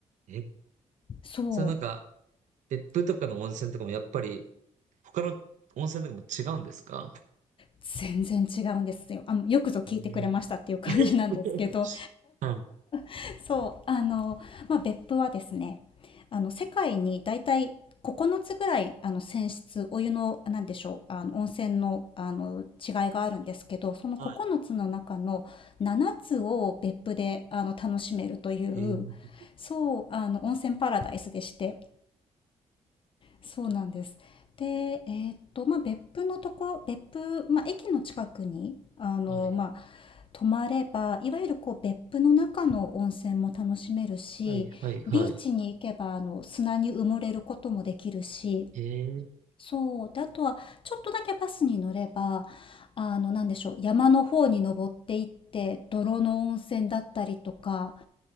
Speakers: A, on the right (about 80°); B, on the left (about 45°).
A: え、
B: そう。
A: それなんか、別府とかの温泉とかもやっぱり他の温泉とかも違うんですか
B: 全然違うんですよ。あの、よくぞ聞いてくれましたっていう感じなんですけど、
A: えー <laughs> はい
B: <laughs> そう、あの、まあ、別府はですね、あの、世界に大体9つぐらい、あの、泉質、お湯の、なんでしょう、あの、温泉の、あの、違いがあるんですけど、その9つの中の7つを別府で、
A: は
B: あの、楽しめるという、
A: い。えー
B: そう、あの、温泉パラダイスでして、そうなんです。で、えーっと、まあ、別府のとこ、別府、まあ、駅の近くに、あの、
A: はい。
B: まあ、泊まれば、いわゆるこう、別府の中の温泉も楽しめるし、
A: はいはいはい。
B: ビーチに行けば、あの、砂に埋もれることもできるし、
A: えー
B: そう。で、あとは、ちょっとだけバスに乗れば、あの、なんでしょう、山の方に登っていって、泥の温泉だったりとか、